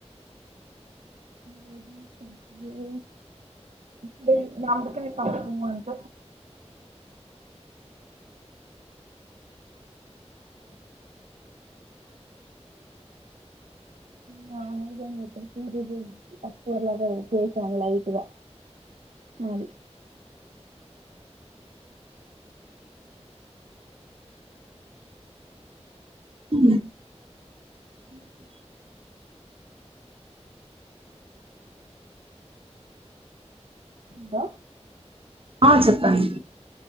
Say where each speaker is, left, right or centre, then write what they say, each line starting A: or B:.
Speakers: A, on the right (about 85°); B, on the right (about 55°).
A: రగి నముక పాపోం అంట నద సరి ఇది అప్పు ఎలాగాతే చేసల వటుద ఆది
B: ఉ
A: ఉ అందా
B: ఆ చెప్పను